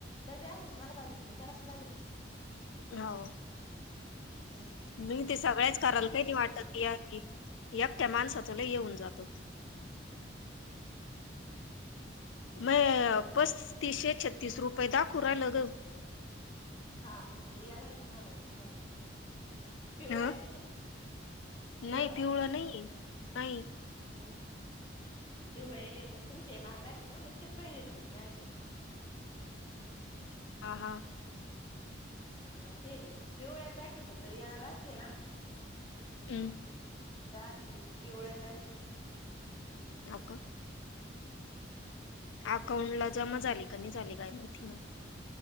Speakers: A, on the left; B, on the left.
A: डबे असले मला भाजी करायलाच लागती.
B: हो...
A: म...
B: मी ते सगळ्याच करायला काही नाही वाटत या एकट्या माणसाच लई हे होऊन जातो म पस्तीसशे, छत्तीसशे- तीस रुपये दाखवू राहिला ग.
A: हा म्हणजे ते येणार आहे तुम्हाला ते फोन पिवळ्याचे
B: ह
A: ते ना पिवळं
B: नाही पिवळा नाहीय नाही
A: मग तेव्हा येले मग तुमचे माल दाखीवले तर ते पहिले ते मॅसेज <unintelligible>
B: हा हा
A: ह तेे ते मग पिवळ्यात दाखित जरी येणार असले ना
B: हम्म...
A: तर आधी पिवळ्यात दाखीवत.
B: हव का अकाउंट ला जमा झाली का नाही झाली काय माहिती मग?